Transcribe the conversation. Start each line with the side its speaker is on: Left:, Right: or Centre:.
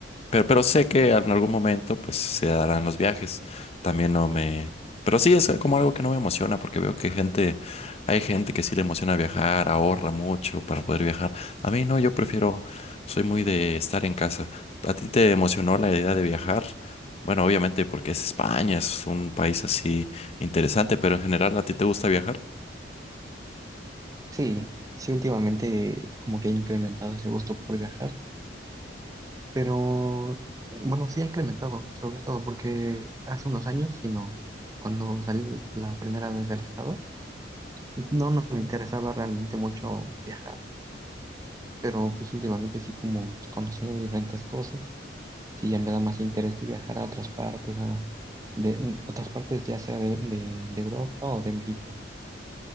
Left: Pero, pero sé que en algún momento pues se darán los viajes. También no me... Pero sí, es como algo que no me emociona porque veo que gente, hay gente que sí le emociona viajar, ahorra mucho para poder viajar. A mí no, yo prefiero, soy muy de estar en casa. ¿A ti te emocionó la idea de viajar? Bueno, obviamente porque es España, es un país así interesante, pero en general, ¿a ti te gusta viajar?
Right: Sí, sí, últimamente como que ha incrementado ese gusto por viajar, pero bueno, sí ha incrementado, sobre todo porque hace unos años, si no, cuando salí la primera vez del estado, no, no me interesaba realmente mucho viajar. Pero pues últimamente sí como conociendo diferentes cosas, sí ya me da más interés de viajar a otras partes, a de, mm, otras partes ya sea de, de- de Europa o de México.